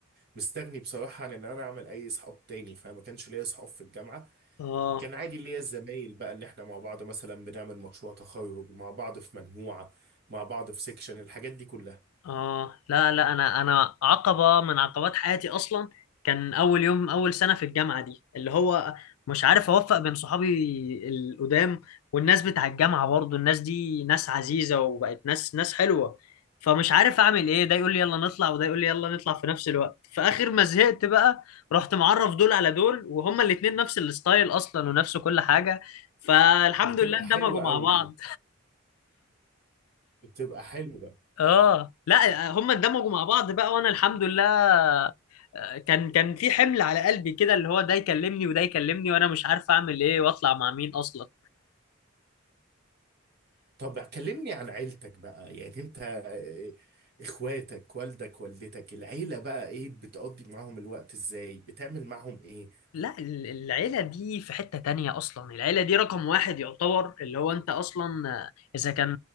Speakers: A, on the right; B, on the left.
A: مستغني بصراحه عن ان انا اعمل اي اصحاب تاني فما كانش ليا اصحاب في الجامعه
B: اه
A: كان عادي ليا الزمايل بقى ان احنا مع بعض مثلا بنعمل مشروع تخرج مع بعض في مجموعه مع بعض في سيكشن الحاجات دي كلها
B: اه لا لا انا انا عقبه من عقبات حياتي اصلا كان اول يوم اول سنه في الجامعه دي اللي هو مش عارف اوفق بين صحابي القدام والناس بتاع الجامعه برضو الناس دي ناس عزيزه وبقت ناس ناس حلوه فمش عارف اعمل ايه ده يقول لي يلا نطلع وده يقول لي يلا نطلع في نفس الوقت فاخر ما زهقت بقى رحت معرف دول على دول وهما الاتنين نفس الستايل اصلا ونفس كل حاجه فالحمد
A: بتبقى
B: لله اندمجوا
A: حلوه
B: مع
A: قوي
B: بعض
A: دي بتبقى حلوه
B: اه لا هم اندمجوا مع بعض بقى وانا الحمد لله آه، كان كان في حمل على قلبي كده اللي هو ده يكلمني وده يكلمني وانا مش عارف اعمل ايه واطلع مع مين اصلا
A: طب كلمني عن عيلتك بقى يعني انت آه، اخواتك والدك والدتك العيلة بقى ايه بتقضي معاهم الوقت ازاي بتعمل معاهم ايه
B: لا ال- العيلة دي في حتة تانية أصلا العيلة دي رقم واحد يعتبر اللي هو أنت أصلا آه، إذا كان